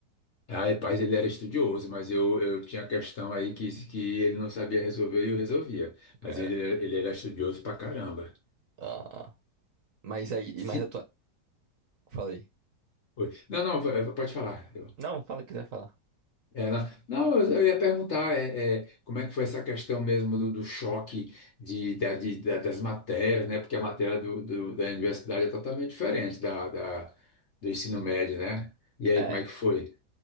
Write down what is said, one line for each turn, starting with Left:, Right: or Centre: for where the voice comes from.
Left: Ah, Rapaz, ele era estudioso, mas eu, eu tinha questão aí que, que ele não sabia resolver e eu resolvia.
Right: Era.
Left: Mas ele, era- ele era estudioso pra caramba.
Right: Ah. Mas aí, e
Left: Sim.
Right: mais a tua... Falei.
Left: Oi. Não, não, v- v- pode falar. Eu-
Right: Não, fala o que quiser falar.
Left: é, não, não, eu, eu ia perguntar é, é, como é que foi essa questão mesmo do, do choque de, da, de- da- das matérias, né? Porque a matéria do, do- da universidade é totalmente diferente da, da- do ensino médio, né? E aí,
Right: É.
Left: como é que foi?